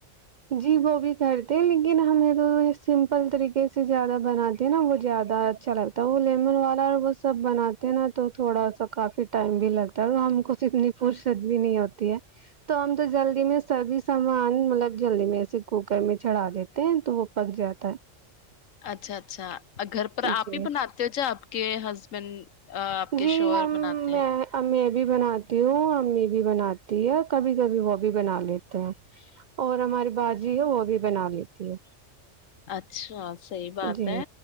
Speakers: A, on the right; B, on the left.
A: جی وہ بھی کرتے لیکن ہمیں تو سمپل طریقے سے زیادہ بناتے ہیں نا وہ زیادہ اچھا لگتا ہے وہ لیمن والا اور وہ سب بناتے ہیں نا تو تھوڑا سا کافی ٹائم بھی لگتا ہے اور ہم کو اتنی فرصت بھی نہیں ہوتی تو ہم تو جلدی میں سبھی سامان مطلب جلدی میں ایے کوکر میں چڑھا دیتے ہیں تو وہ پک جاتا ہے
B: اچھا اچھا گھر پر آپ
A: جی
B: ہی بناتے ہو چاہ آپ کے ہسبینڈ آپ کے
A: جی
B: شور
A: ہم
B: بناتے
A: میں
B: ہیں
A: میں بھی بناتی ہوں امی بھی بناتی ہے کبھی کبھی وہ بھی بنا لیتے ہیں اور ہماری باجی ہے وہ بھی بنا لیتی ہے
B: اچھا صحیح بات
A: جی
B: ہے